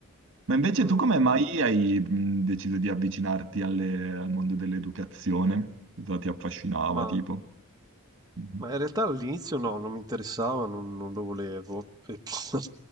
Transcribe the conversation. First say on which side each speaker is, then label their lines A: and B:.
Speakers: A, on the right; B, on the right.
A: Ma invece
B: Mm.
A: tu come mai hai mh, deciso di avvicinarti alle- al mondo dell'educazione? Cosa ti affascinava,
B: Ma,
A: tipo? Mhm.
B: ma in realtà all'inizio no, non mi interessava, non, non lo volevo. E <laughs>